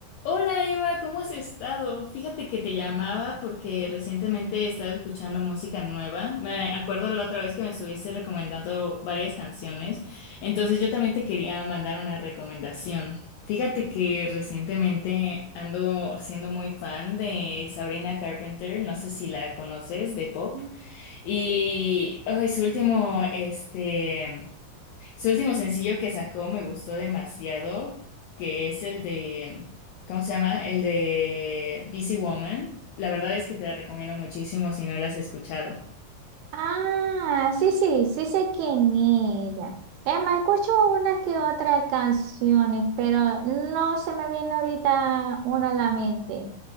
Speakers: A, on the left (about 85°); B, on the right (about 80°).
A: Hola Eva, ¿cómo has estado? Fíjate que te llamaba porque recientemente he estado escuchando música nueva. Me acuerdo la otra vez que me estuviste recomendando varias canciones, entonces yo también te quería mandar una recomendación. Fíjate que recientemente ando siendo muy fan de Sabrina Carpenter, no sé si la conoces, de pop,
B: Mm.
A: y ay, su último, este... Su último sencillo que sacó me gustó demasiado, que es el de, ¿cómo se llama? El de Busy Woman. La verdad es que te la recomiendo muchísimo si no la has escuchado.
B: Ah, sí, sí, sí sé quién es ella. Emma, escucho una que otra canciones, pero no se me viene ahorita una a la mente.